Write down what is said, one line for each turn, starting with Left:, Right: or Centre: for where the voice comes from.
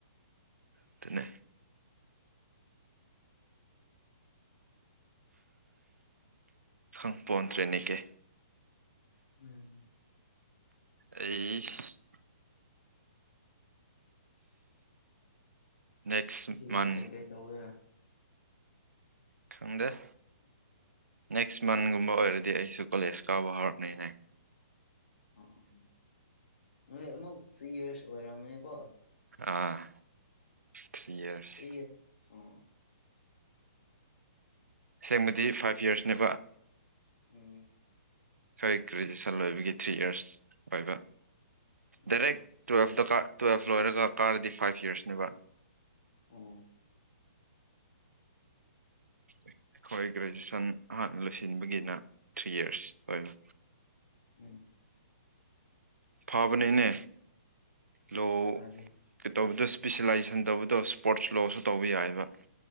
Right: ꯑꯗꯨꯅꯦ ꯈꯪ ꯄꯣꯟꯗ꯭ꯔꯦꯅꯦ ꯀꯦ
Left: ꯎꯝ
Right: ꯑꯩꯁ ꯅꯦꯛꯁ
Left: ꯉꯁꯤꯗꯤ
Right: ꯃꯟ
Left: ꯀꯩ ꯀꯩ ꯇꯧꯒꯦꯔ
Right: ꯈꯪꯗꯦ
Left: ꯎꯝ
Right: ꯅꯦꯛꯁ ꯃꯟꯒꯨꯝꯕ ꯑꯣꯏꯔꯗꯤ ꯑꯩꯁꯨ ꯀꯣꯂꯦꯖ ꯀꯥꯎꯕ ꯍꯧꯔꯛꯅꯤꯅꯦ
Left: ꯑꯥ ꯅꯣꯏ ꯑꯃꯨꯛ ꯊ꯭ꯔꯤ ꯌꯔꯁ ꯑꯣꯏꯔꯝꯃꯅꯤꯀꯣ
Right: ꯑꯥ ꯊ꯭ꯔꯤ ꯌꯔꯁ
Left: ꯊ꯭ꯔꯤ ꯎ
Right: ꯁꯦꯡꯕꯗꯤ ꯐꯥꯏꯚ ꯌꯔꯁꯅꯦꯕ
Left: ꯎꯝ
Right: ꯍꯣꯏ ꯒ꯭ꯔꯦꯖꯨꯦꯁꯟ ꯂꯣꯏꯕꯒꯤ ꯊ꯭ꯔꯤ ꯏꯔꯁ ꯑꯣꯏꯕ
Left: ꯎꯝ
Right: ꯗꯥꯏꯔꯦꯛ ꯇꯨꯋꯦꯜꯐꯇꯀ ꯇꯨꯋꯦꯜꯞ ꯂꯣꯏꯔꯒ ꯀꯥꯔꯗꯤ ꯐꯥꯏꯚ ꯌꯔꯁꯅꯦꯕ
Left: ꯑꯣ <inaudible>
Right: ꯑꯩꯈꯣꯏ ꯒ꯭ꯔꯦꯖꯨꯦꯁꯟ ꯍꯥꯟꯅ ꯂꯣꯏꯁꯤꯟꯕꯒꯤꯅ ꯊ꯭ꯔꯤ ꯌꯔꯁ ꯑꯣꯏꯕ
Left: ꯎꯝ
Right: ꯐꯥꯕꯅꯤꯅꯦ ꯂꯣ
Left: ꯐꯔꯦ
Right: ꯀꯩ ꯇꯧꯕꯗꯣ ꯁ꯭ꯄꯤꯁꯦꯂꯥꯏꯖꯦꯁꯟ ꯇꯧꯕꯗꯣ ꯁ꯭ꯄꯣꯔꯠꯁ ꯂꯣꯁꯨ ꯇꯧꯕ ꯌꯥꯏꯑꯕ